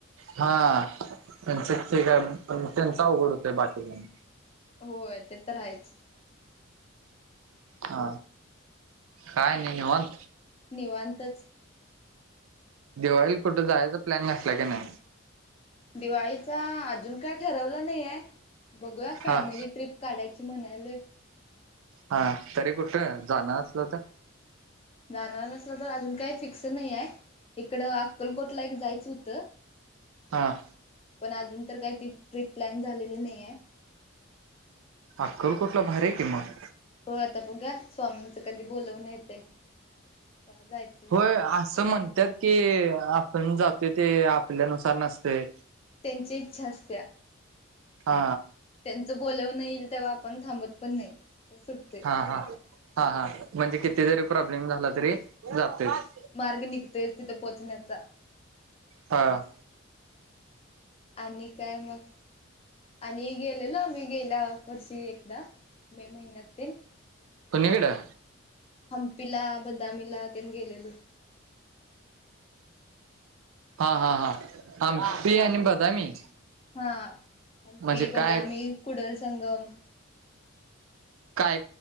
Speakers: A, on the right (about 75°); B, on the left (about 30°).
A: हा, त्यांच ठीक आहे पण त्यांच अवघड होतोय बाकीच्यांचं.
B: होय ते तर आहेच.
A: हा, काय नाही नीवात.
B: निवांतच.
A: दिवाळीला कुठं जायचचा प्लॅन घातला की, नाही.
B: दिवाळीचा अजून काय ठरवलं नाहीय. बघूया फॅमिली
A: हा
B: ट्रिप काढायची म्हणायलोय.
A: हा तरी कुठं जाणार असलं तर?
B: जाणार असलं तर अजून काही फिक्स नाही आहे. इकडं अक्कलकोटला एक जायचं होतं.
A: हा-
B: पण आजुन तर काय ती ट्रिप प्लॅन झालेली नाय आहे.
A: अक्कलकोटला भारी आहे की मग.
B: हो आता बघूया स्वामींच कधी बोलवणं येतयं तवा जायच.
A: होय असं म्हणत्यात की आपण जातोय ते आपल्यानुसार नसतय.
B: त्यांची इच्छा असत्याय,
A: हा
B: त्यांच बोलावणं येईल तेव्हा आपण थांबत- पण नाही. असं सुटतंय
A: हा हा- हा हा! ! म्हणजे किती जरी प्रॉब्लेम झाला तरी जातोयच.
B: मार्ग निघतोयच तिथं पोहोचण्याचा.
A: हा-
B: आणि काय मग? आणि गेलेलो आमही गेल्या वर्षी एकदा मे महिन्यात ते.
A: कुणी कडं?
B: हम्पीला बदामीला तेन गेलेलो.
A: हा हा हा! ! हम्पी आणि बदामी.
B: हा हम्पी,
A: म्हणजे काय
B: बदामी, कुडल संगम.
A: काय